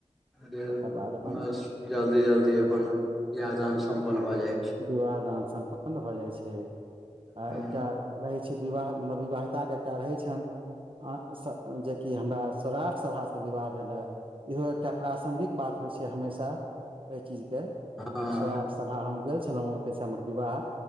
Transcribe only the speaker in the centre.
गेल
बस जल्दी जल्दी अपन बियाह दान सम्पन्न भऽ जाइत छै
हँ
हँ